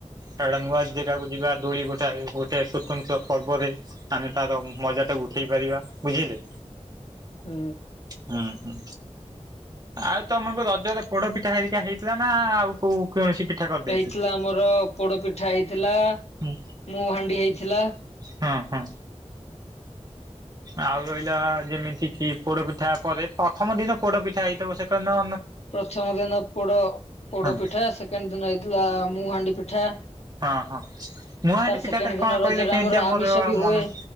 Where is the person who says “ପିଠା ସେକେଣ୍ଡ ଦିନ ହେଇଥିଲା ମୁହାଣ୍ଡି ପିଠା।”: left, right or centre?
Left